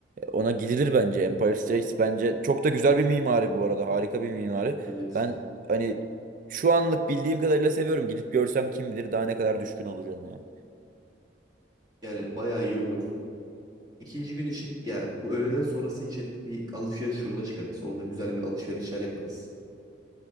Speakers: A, on the right; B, on the right.
A: Ona gidilir bence. Empire Strikes bence çok da güzel bir mimari bu arada. Harika bir mimari.
B: Evet.
A: Ben hani şu anlık bildiğim kadarıyla seviyorum. Gidip görsem kim bilir daha ne kadar düşkün olacağım yani.
B: Yani baya iyi olur. İkinci gün için ya bu öğleden sonrası için bir alışveriş turuna çıkarız. Orada güzel bir alışverişler yaparız.